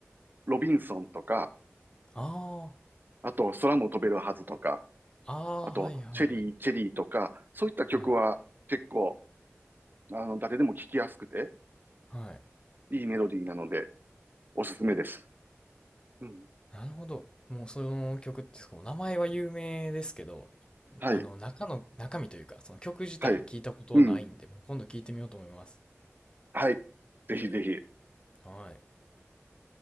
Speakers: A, on the right (about 45°); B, on the left (about 20°).
A: ロビンソンとか、
B: あ
A: あと、空も飛べるはずとか、
B: あ、ああ、
A: あと、
B: はいはいはい。
A: チェリー、チェリーとか、そういった曲は結構、
B: はい。
A: あの、誰でも聴きやすくて、
B: はい。
A: いいメロディーなので、おすすめです。うん。
B: なるほど。もうその曲って、こう名前は有名ですけど、
A: はい、
B: あの、中の、中身というか、その曲自体を聞いたことはないんで、
A: はい。うん。
B: もう今度聞いてみようと思います。
A: はい。ぜひぜひ。
B: はい。